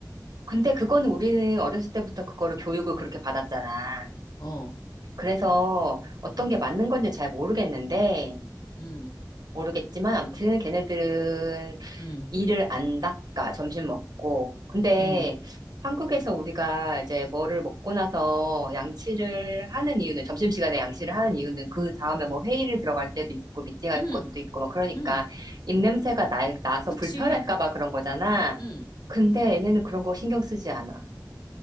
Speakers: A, on the right (about 65°); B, on the left (about 70°).
A: 근데 그거는 우리는 어렸을 때부터 그거를 교육을 그렇게 받았잖아.
B: 어,
A: 그래서 어떤 게 맞는 건지 잘 모르겠는데,
B: 음,
A: 모르겠지만, 암튼 걔네들은
B: 음,
A: 이를 안 닦아, 점심 먹고. 근데
B: 음,
A: 한국에서 우리가 이제 뭐를 먹고 나서 양치를 하는 이유는, 점심시간에 양치를 하는 이유는 그 다음에 뭐 회의를 들어갈 때도 있고, 미팅할
B: 음,
A: 것도 있고, 막 그러니까
B: 음,
A: 입냄새가 나, 나서
B: 그치.
A: 불편할까봐 그런 거잖아.
B: 음, 음.
A: 근데 얘네는 그런 거 신경 쓰지 않아.